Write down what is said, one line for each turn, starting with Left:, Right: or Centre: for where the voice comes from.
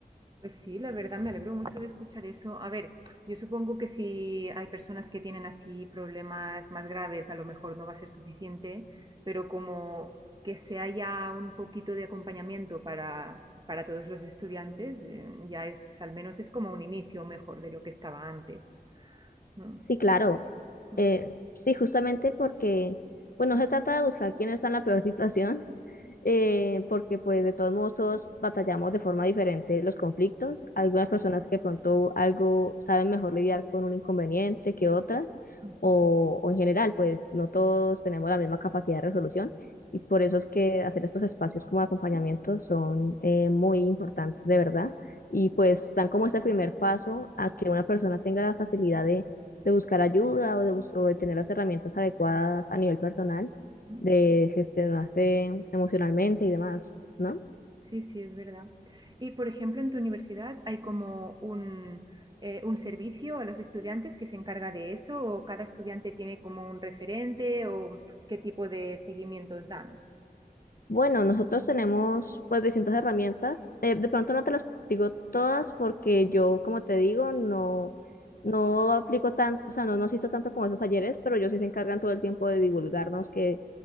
Right: Pues sí, la verdad me alegro mucho de escuchar eso. A ver, yo supongo que si hay personas que tienen así problemas más graves, a lo mejor no va a ser suficiente, pero como que se haya un poquito de acompañamiento para, para todos los estudiantes, eh, ya es, al menos es como un inicio mejor de lo que estaba antes. Mm,
Left: Sí, claro,
Right: mm,
Left: eh, sí, justamente porque, pues no se trata de buscar quién está en la peor <laughs> situación, eh, porque pues de todos modos todos batallamos de forma diferente los conflictos. Algunas
Right: mm,
Left: personas que de pronto algo saben mejor lidiar con un inconveniente que otras,
Right: mm,
Left: o, o en general pues no todos tenemos la misma capacidad de resolución y por eso es que hacer estos espacios como de acompañamiento son eh, muy importantes de verdad y
Right: mm, mm.
Left: pues dan como ese primer paso a que una persona tenga la facilidad de, de buscar ayuda o de, bus- o de tener las herramientas adecuadas a nivel personal
Right: mm.
Left: de gestionarse emocionalmente y demás, ¿no?
Right: Sí, sí, es verdad. Y, por ejemplo, en tu universidad hay como un, eh, un servicio a los estudiantes que se encarga de eso, o cada estudiante tiene como un referente, o qué tipo de seguimientos dan.
Left: Bueno, nosotros tenemos pues distintas herramientas. Eh, de pronto no te las digo todas porque yo, como te digo, no, no aplico tanto, o sea, no nos hizo tanto como esos talleres, pero ellos sí se encargan todo el tiempo de divulgarnos que